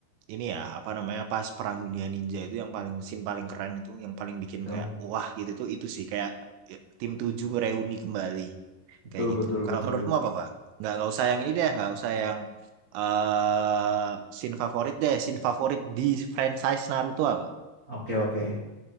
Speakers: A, on the right; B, on the right.
A: ini ya, apa namanya pas Perang Dunia Ninja itu yang paling scene paling keren itu yang paling bikin
B: betul,
A: kayak wah gitu tuh itu sih kayak ya, tim 7 reuni kembali
B: betul,
A: kayak gitu.
B: betul, betul.
A: Kalau menurutmu apa, Pak? Nggak nggak usah yang ini deh, nggak usah yang eh scene favorit deh. Scene favorit di franchise Naruto apa?
B: Oke, oke.